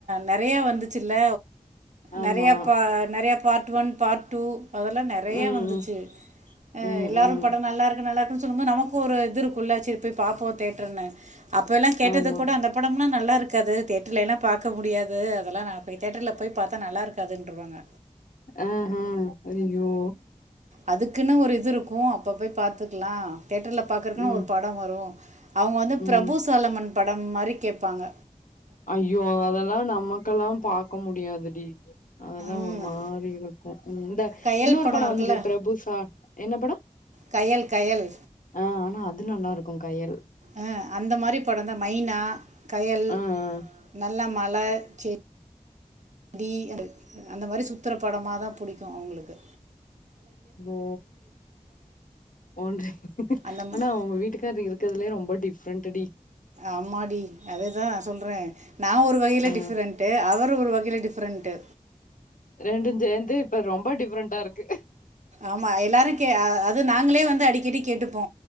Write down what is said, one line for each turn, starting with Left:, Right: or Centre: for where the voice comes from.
Right: நெறையா வந்துச்சுல்ல
Left: ஆமா
Right: நெறையா பா நெறையா பார்ட் ஒன் பார்ட் டூ அதல்லா நெறையா
Left: ம்
Right: வந்துச்சு
Left: ம்
Right: அ
Left: ம்
Right: எல்லாரு
Left: ம்
Right: படோ நல்லா இருக்கு நல்லா இருக்குன்னு சொல்லும்போது நமக்கு ஒரு இது இருக் குள்ள செரி போய் பாப்போ தேட்டர்னு அப்ப எல்லா கேட்டது
Left: ஆமா.
Right: கூட அந்த படம்னா நல்லா இருக்காது தேட்ருல எல்லா பாக்க முடியாது அதெல்லா நா போய் தேட்டர்ல போய் பாத்தா நல்லா இருக்கு முடியாதுன்ருவாங்க
Left: ஆ ஹ ஐய்யய்யோ
Right: அதுக்குன்னு ஒரு இது இருக்கு அப்ப போய் பாத்துக்லா தேட்ருல்ல பாக்கறக்குன்னு
Left: ம்,
Right: ஒரு படோ வரு அவுங்க வந்து
Left: ம்.
Right: பிரபு சோலமன் படம் மாரி கேப்பாங்க
Left: ஐயோ அதல்லா நமக்கெல்லா பாக்க முடியாதுடி அதல்லா
Right: ம்,
Left: ஒரு மாறி இருக் கு ம் இந்த
Right: கயல்
Left: இன்னொரு
Right: படம்
Left: படோ
Right: இருக்குல்ல
Left: வந்துது பிரபு சால் என்ன படோ
Right: கயல் கயல்
Left: ஆ ஆனா அது நல்லாருக்கு கயல்
Right: அ அந்த மாரி படந்தா மைனா கயல்
Left: ஆ, ஆ.
Right: நல்லா மல செ டி அந்தது அந்த மாரி சுத்துர படமாதா புடிக்கு அவுங்களுக்கு
Left: ஓ ஒன்றி
Right: அந்த ம-
Left: ஆனா உங்க வீட்டுக்கார் காரு இருக்கற்துலயே ரொம்ப டிஃப்ரெண்ட்டுடி
Right: ஆம்மாடி அதேதா சொல்றே நா ஒரு வகையில
Left: ஆ,
Right: டிஃப்ரெண்ட்டு அவரு ஒரு வகையில டிஃப்ரெண்ட்டு
Left: ரெண்டு சேந்து இப்ப ரொம்ப டிஃப்ரெண்டா இருக்கு
Right: ஆமா எல்லாரு கே அ அது நாங்களே வந்து அடிக்கடி கேட்டுப்போ